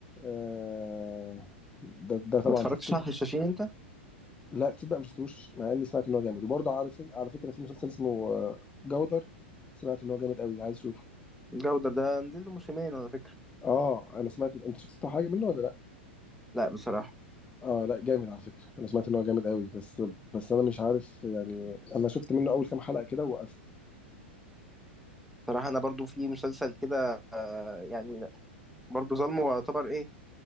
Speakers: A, on the left; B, in the centre.
A: آه... ده ده طبعا
B: ما اتفرجتش
A: شفته
B: على الحشاشين انت
A: لا تصدق ما شفتوش مع اني سمعت ان هو جامد وبرضه على في... على فكرة في مسلسل اسمه آه، جودر سمعت ان هو جامد قوي عايز اشوفه
B: الجودر ده نزل له موسمين على فكرة
A: اه انا سمعت انت شفت حاجة منه ولا لا
B: لا بصراحة
A: اه لا جامد على فكرة انا سمعت ان هو جامد قوي بس بس انا مش عارف يعني انا شفت منه اول كام حلقة كده ووقفت
B: بصراحة انا برضو في مسلسل كده يعني برضو ظلمه يعتبر ايه